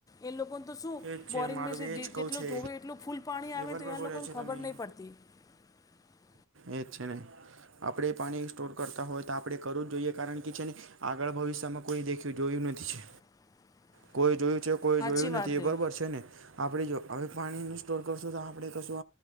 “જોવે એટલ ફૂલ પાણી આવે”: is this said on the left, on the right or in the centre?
Left